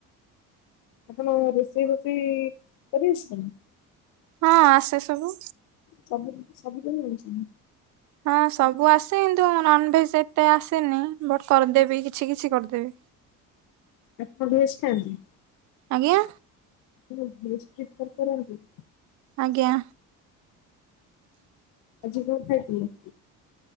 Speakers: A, on the left; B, on the right.
A: ଆପଣ ରୋଷେଇ ବୋଷେଇ କରି ଆସୁଚୀନା।
B: ହଁ ଆସେ ସବୁ।
A: ସବୁ ସବୁ <unintelligible>
B: ହଁ ସବୁ ଆସେ, କିନ୍ତୁ ନନଭେଜ ଏତେ ଆସେନି ବଟ୍ କରିଦେବି କିଛି କିଛି କରିଦେବି।
A: ଆପଣ ଭେଜ ଖାଆନ୍ତି।
B: ଆଜ୍ଞା।
A: କଣ ଭେକ ପ୍ରିଫର କରନ୍ତି।
B: ଆଜ୍ଞା।
A: ଆଜି କଣ ଖାଇଥିଲ।